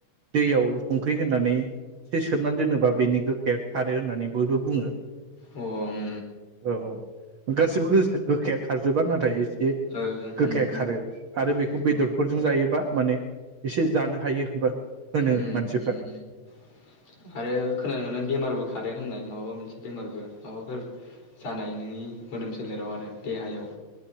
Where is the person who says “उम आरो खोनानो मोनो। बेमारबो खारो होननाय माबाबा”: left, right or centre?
Left